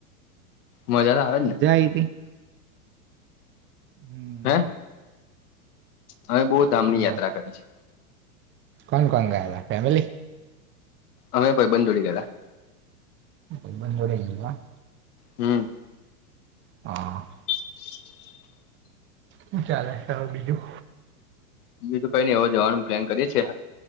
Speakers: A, on the left; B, on the right.
A: મજા તો આવેજ ને
B: જાય હતી હમ
A: હે અમે બો ધામની
B: હા
A: યાત્રા કરી છે.
B: કોણ કોણ ગયાતા ફેમલી
A: અમે ભાઈ બંધ જોડે ગયાતા
B: ભાઈબંધજોડે ગીયા
A: હમ.
B: હા.
A: <inaudible>
B: હું ચાલે તો બીજું?
A: બીજુ તો કઈ ની હવે જવાનું પ્લાન કરીએ છીએ